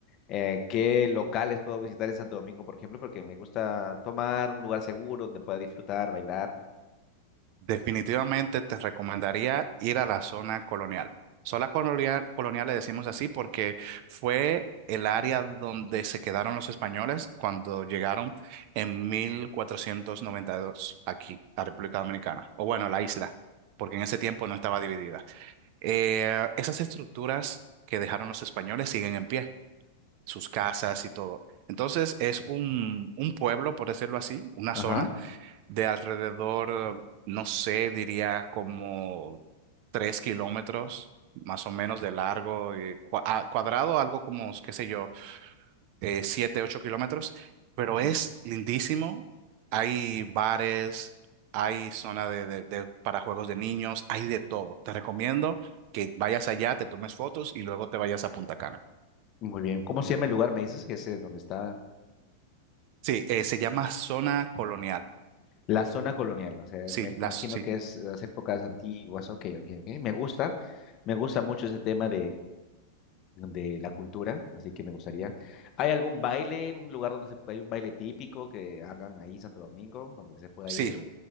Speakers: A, on the left (about 30°); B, on the right (about 45°).
A: Eh, ¿qué locales puedo visitar en Santo Domingo, por ejemplo? Porque me gusta tomar un lugar seguro donde pueda disfrutar, bailar.
B: definitivamente te recomendaría ir a la zona colonial. Zona colonial, colonial le decimos así porque fue el área donde se quedaron los españoles cuando llegaron en 1492 aquí, a República Dominicana, o bueno, a la isla, porque en ese tiempo no estaba dividida. Eh, esas estructuras que dejaron los españoles siguen en pie. sus casas y todo. Entonces es un, un pueblo, por decirlo así, una
A: Ajá.
B: zona de alrededor, no sé, diría como tres kilómetros más o menos de largo, y cua- a- cuadrado, algo como, qué sé yo, eh, siete, ocho kilómetros, pero es
A: Mm,
B: lindísimo. Hay bares, hay zona de, de- de- para juegos de niños, hay de todo. Te recomiendo que vayas allá, te tomes fotos y luego te vayas a Punta Cana.
A: Muy bien. ¿Cómo se llama el lugar? Me dices que es eh, donde está
B: Sí, eh, se llama Zona Colonial.
A: la zona colonial. O sea,
B: Sí,
A: me
B: las,
A: imagino
B: sí,
A: que es las épocas antiguas. Ok, ok, ok. Me gusta. Me gusta mucho ese tema de la cultura, así que me gustaría. ¿Hay algún baile, un lugar donde se, hay un baile típico que hagan ahí en Santo Domingo, donde se pueda
B: sí,
A: ir?